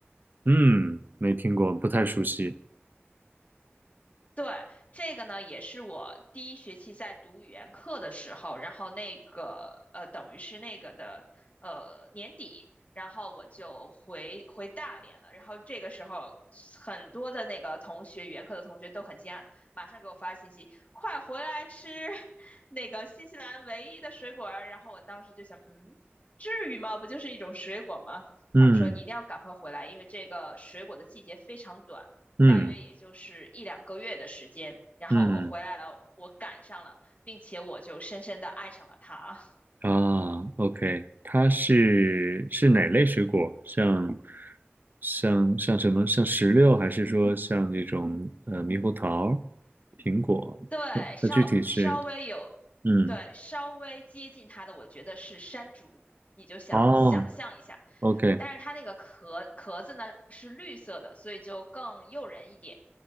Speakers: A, on the right; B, on the left.
A: 嗯，没听过，不太熟悉。
B: 对，这个呢，也是我第一学期在读语言课的时候，然后那个呃，等于是那个的呃年底，然后我就回回大连了。然后这个时候，很多的那个同学，语言课的同学都很惊讶，马上给我发信息，快回来吃 <laughs> 那个新西兰唯一的水果儿。然后我当时就想，嗯，至于吗？不就是一种水果吗？
A: 嗯
B: 他们说你一定要赶快回来，因为这个水果的季节非常短。
A: 嗯
B: 大约也就是一两个月的时间，然后我回来了，
A: 嗯。
B: 我赶上了，并且我就深深的爱上了他。
A: 啊，OK，它是是哪类水果？像像像什么？像石榴，还是说像这种呃猕猴桃、苹果？
B: <laughs> 对，
A: 它它具体是
B: 稍稍微有，
A: 嗯
B: 对，稍微接近他的，我觉得是山竹，你就想想象一下，
A: 哦，OK
B: 但是它那个壳壳子呢是绿色的，所以就更诱人一点。